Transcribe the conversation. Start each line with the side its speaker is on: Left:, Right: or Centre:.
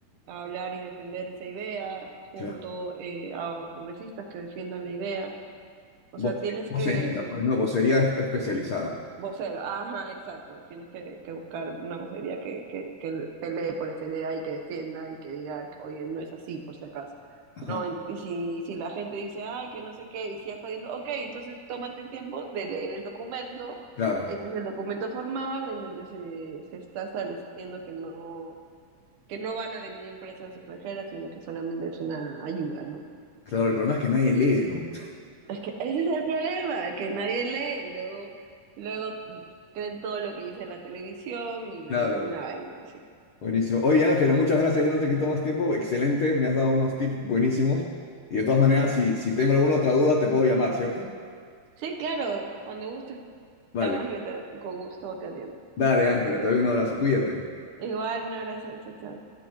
Right: a hablar y defender esa idea junto
Left: claro.
Right: eh, a congresistas que defiendan la idea. O
Left: Vo-
Right: sea, tienes
Left: Vocería,
Right: que
Left: pues no, vocería espe- especializada.
Right: Vocero, ajá, exacto. Tienes que, que buscar una vocería que, que, que pelee por esa idea y que defienda y que diga, oye, no es así, por si acaso.
Left: Ajá,
Right: No, en- y si, si la gente dice, ay, que no sé qué, y sigue jodiendo, ok, entonces tómate el tiempo de leer el documento.
Left: claro,
Right: Este es el documento formal en donde se, se está estableciendo que no, que no van a venir empresas extranjeras, sino que solamente es una ayuda, ¿no?
Left: claro, el problema es que nadie lee, ¿no?
Right: Es que ese es el problema, que nadie lee, luego, luego creen todo lo que dice la televisión y
Left: <laughs> Claro.
Right: una vaina, así que.
Left: Buenísimo. Oye, Ángela, muchas gracias. Yo no te quito más tiempo. Excelente, me has dado unos tips buenísimos. Y de todas maneras, si, si tengo alguna otra duda, te puedo llamar, ¿cierto?
Right: Sí, claro, cuando gustes me
Left: Vale.
Right: llamas y yo te, con gusto te atiendo.
Left: Dale, Ángela, te doy un abrazo. Cuídate.
Right: Igual, un abrazo, chao, chao.